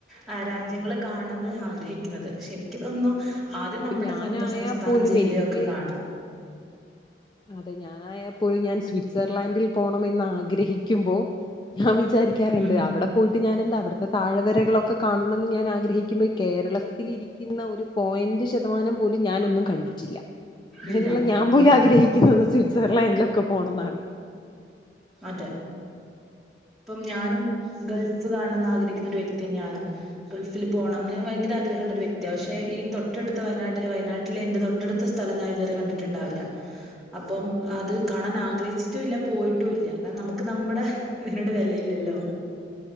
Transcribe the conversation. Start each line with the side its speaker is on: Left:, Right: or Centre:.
Centre: രാജ്യ രാജ്യങ്ങൾ കാണണംന്ന് ആഗ്രഹിക്കുന്നത് പക്ഷെ എനിക്ക് തോന്നുന്നു ആദ്യം
Left: ഇപ്പൊ
Centre: നമ്മുടെ
Left: ഞാനായാൽ
Centre: സ്വന്തം സംസ്ഥാനം
Left: പോലും
Centre: ജില്ലയയും
Left: എനിക്ക്
Centre: ഒക്കെ കാണാ
Left: അതെ ഞാനായപ്പോലും ഞാൻ സ്വിറ്റ്സർലാൻഡിൽ പോണംന്ന് ആഗ്രഹിക്കുമ്പോ ഞാൻ വിചാരിക്കാറുണ്ട്
Centre: ഉം
Left: അവിടെ പോയിട്ട് ഞാനന്താവിടെ താഴ്‌വരകളൊക്കെ കാണണംമെന്ന് ഞാൻ ആഗ്രഹിക്കുമ്പോൾ കേരളത്തിലിരിക്കുന്ന ഒരു പോയിന്റ് ശതമാനം പോലും ഞാനൊന്നും കണ്ടിട്ടില്ല. അങ്ങനെള്ള
Centre: ഇല്ല
Left: ഞാൻ
Centre: ഉം
Left: പോലും ആഗ്രഹിക്കുന്നത് സ്വിറ്റ്സർലാൻഡിലൊക്കെ പോണംന്നാണ്
Centre: അതെ ഇപ്പം ഞാനും ഗൾഫ് കാണണം ന്ന് ആഗ്രിക്കുന്നൊരു വ്യക്തി തന്നെയാണ് ഗൾഫിൽ പോണംന്ന് വയങ്കര ആഗ്ര ഹള്ളൊരു വ്യക്തിയാ പക്ഷെ ഈ തൊട്ടടുത്ത വയനാട്ടിലെ വയനാട്ടിലെ എന്റെ തൊട്ടടുത്ത സ്ഥലം ഞാൻ ഇതുവരെ കണ്ടിട്ട്ണ്ടാവില്ല. അപ്പം അത് കാണാൻ ആഗ്രഹിച്ചിട്ടും ഇല്ല പോയി ട്ടൂല്ല്യ കാരണം നമുക്ക് നമ്മുടെ ഇതിനോട് വെലയില്ലല്ലോ.